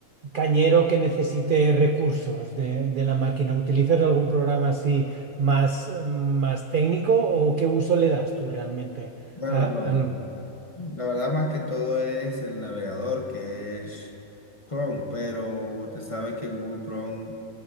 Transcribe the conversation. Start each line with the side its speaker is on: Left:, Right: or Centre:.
Right: cañero que necesite recursos de, de la máquina. ¿Utilizas algún programa así más, eh, más técnico o qué uso le das tú realmente?
Left: Bueno,
Right: a, a
Left: no.
Right: lo-
Left: La verdad, más que todo es el navegador que es Chrome, pero usted sabe que Google Chrome,